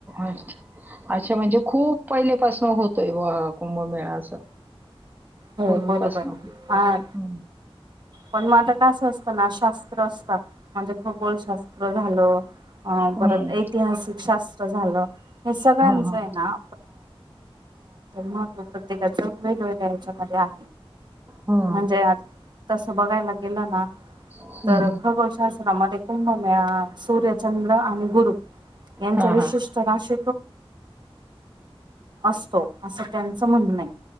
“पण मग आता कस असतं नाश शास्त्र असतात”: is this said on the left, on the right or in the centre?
Right